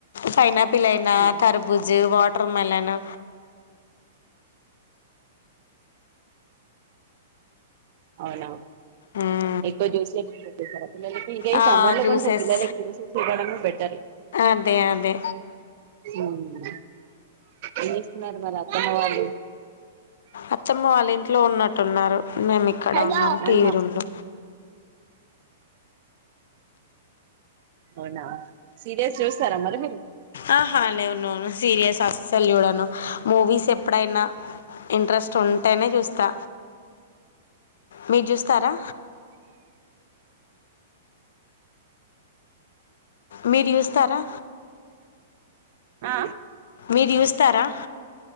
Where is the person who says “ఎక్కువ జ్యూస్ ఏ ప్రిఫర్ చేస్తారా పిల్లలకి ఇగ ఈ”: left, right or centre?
Right